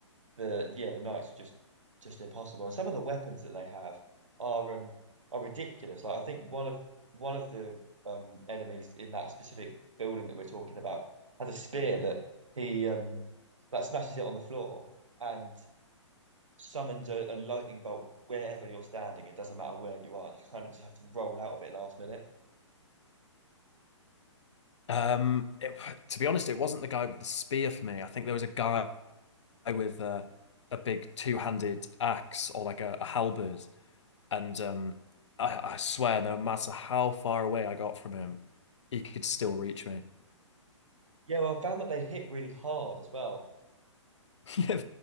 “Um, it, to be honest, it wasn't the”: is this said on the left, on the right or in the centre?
Left